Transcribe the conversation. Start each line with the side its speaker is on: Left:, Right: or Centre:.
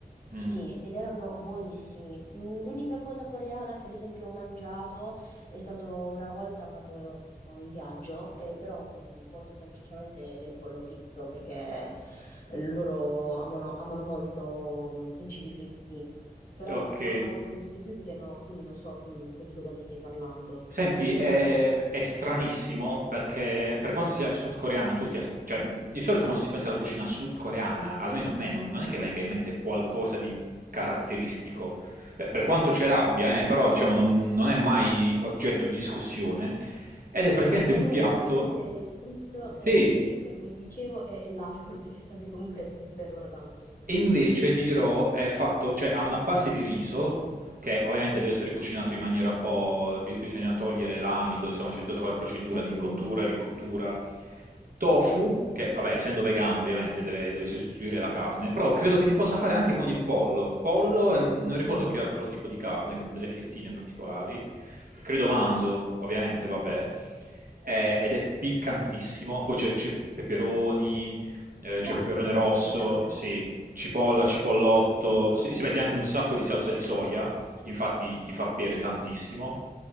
Right: Mm.
Left: Sì, ed erano buonissimi. Mm, L'unica cosa coreana che ad esempio ho mangiato è stato una volta quando ero in viaggio, eh, però mm, molto semplicemente del pollo fritto, perché eh, loro amano, amano molto mm, i cibi fritti, però
Right: Ok.
Left: co- altre cose specifiche no, quindi non so mm, co- di cosa mi stai parlando.
Right: Senti,
Left: Spiegami
Right: è,
Left: un po'.
Right: è stranissimo perché per quanto sia sudcoreana, tu ti as- cioè, di solito quando si pensa alla cucina sudcoreana, almeno a me, non, non è che venga in mente qualcosa di caratteristico. Eh, Per quanto ce l'abbia, eh, però diciamo non, non è mai oggetto di discussione. Ed è praticamente
Left: A
Right: un
Left: me
Right: piatto.
Left: viene in mente il fritto,
Right: Sì,
Left: eh, il fritto, come ti dicevo, e e l'alcol, perché so che comunque bevono tanto.
Right: E invece ti dirò, è fatto, cioè ha una base di riso che ovviamente deve essere cucinato in maniera un po', bi- bisogna togliere l'amido, insomma c'è tutta quella procedura
Left: Mm,
Right: di
Left: mm,
Right: cottura
Left: mm.
Right: e ricottura. Tofu, che vabbè, essendo vegano ovviamente deve, deve sostituire la carne, però credo che si possa fare anche con il pollo. Pollo e mm,
Left: Ok.
Right: non ricordo che altro tipo di carne, con delle fettine particolari. Credo manzo, ovviamente, vabbè. Eh, ed è piccantissimo, poi c'è c'è peperoni, eh,
Left: Buono
Right: c'è peperone
Left: il piccante,
Right: rosso,
Left: mi piace.
Right: sì, cipolla, cipollotto, si, si mette anche un sacco di salsa di soia, infatti ti fa bere tantissimo.